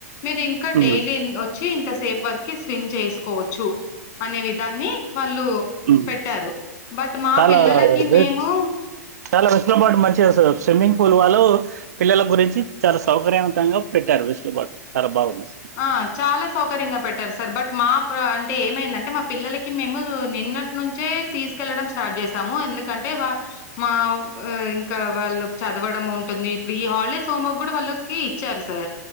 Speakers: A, on the left; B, on the right.
A: మీరు ఇంకా
B: ఉమ్
A: డైలీ ఇ వచ్చి ఇంత వర్కి స్విమ్ చేసుకోవచ్చు అనే విధాన్ని వాళ్ళు
B: ఉమ్
A: పెట్టారు బట్ మా
B: చాలా
A: పిల్లలకి
B: వె
A: మేము
B: చాలా <unintelligible> పాటు మంచిదసలు స్విమ్మింగ్ పూల్ వాళ్ళు పిల్లల గురించి చాలా సౌకర్యవంతంగా పెట్టారు వేసుతో పాటు చాలా బాగున్నాయి
A: ఆ చాలా సౌకర్యంగా పెట్టారు సార్ బట్ మా అంటే ఏమైందంటే మా పిల్లలకి మేము నిన్న నుంచే తీసుకెళ్లడం స్టార్ట్ చేసాము ఎందుకంటే వ మా ఇంకా వాళ్ళు చ చదవడం ఉంటుంది ఇప్పుడు ఈ హాలిడేస్ హోంవర్క్ కూడా వాళ్ళకి ఇచ్చారు సార్